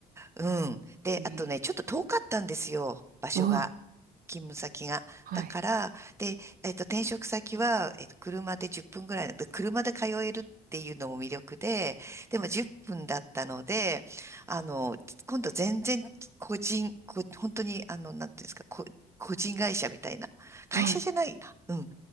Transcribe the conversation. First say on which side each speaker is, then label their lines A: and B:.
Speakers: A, on the right; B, on the right.
A: うん。で、
B: えー
A: あとね、ちょっと遠かったんですよ、場所が。
B: あ
A: 勤務先が。
B: あ、
A: だから、
B: はい。
A: で、えっと、転職先は、えっと、車で10分ぐらいだった車で通えるっていうのも魅力で、でも10分だったので、あの、今度全然個人、こ、本当に、あの、なんていうんですか、こ、個人会社みたいな。会社じゃないな。
B: はい。
A: うん